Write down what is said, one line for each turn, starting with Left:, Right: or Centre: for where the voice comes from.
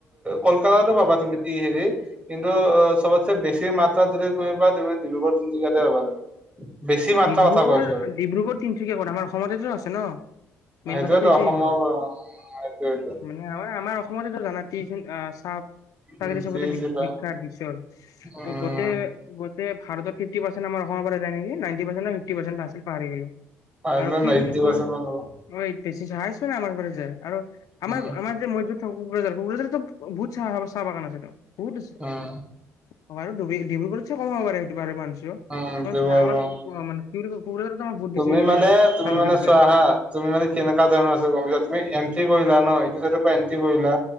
Right: কলকাতাতো পাবা তুমি হেৰি কিন্তু অ চবতে বেছি মাত্ৰা যদি তুমি পা তুমি ডিব্ৰুগড় তিনিচুকীয়াতে পাবা বেছি মাত্ৰা
Left: ডিব্ৰুগড়
Right: কথা কৈছো আৰু
Left: ডিব্ৰুগড় তিনিচুকীয়া কত আমাৰ অসমতেতো আছে ন মেইন
Right: সেইটোয়েতো
Left: কথাটো এইটোৱেই
Right: অসমৰ সেইটোৱেটো
Left: মানে আমাৰ আমাৰ অসমতেতো জানা চোন আহ চাহ <unintelligible>
Right: উম টি চি পা
Left: বিখ্যাত বিশ্বৰ
Right: উম
Left: গোটে গোটে ভাৰত ফিফটি পাৰ্চে আম অসমৰ পৰা যায় নেকি নেকি নাইন্টি পাৰ্চেন্ট আছিল পাহৰি গোলো
Right: এইটো
Left: আৰু কি
Right: এইট্টি
Left: বুলি কয়
Right: পাৰ্চেন্ট মান হ'ব
Left: ঐ বেছি চহাইছ নে আমাৰ ঘ যে আৰু আমাৰ
Right: উম
Left: আমাৰ যে মু কোকৰাঝাৰ কোকৰাঝাৰতো বহুত চাহ চাহ বাগান আছেটো বহুত আছে
Right: উম
Left: অ ব ডি ডিব্ৰুগড়ত চে কম হাব পাৰে সেইটো বাৰু মানছ
Right: উম ডিব্ৰুগড়
Left: আমাক ম কি কোকৰাঝাৰত আমাৰ বহুত বেছি
Right: তুমি মানে তুমি
Left: চাহ বাগান
Right: মানে
Left: আছে।
Right: চোৱা হা তুমি মানে কেনেকুৱা ধৰণৰ আছে গম পাইছা তুমি এণ্ট্ৰি কৰিলা ন এইটো চাইডৰ পৰা এন্ট্ৰি কৰিলা,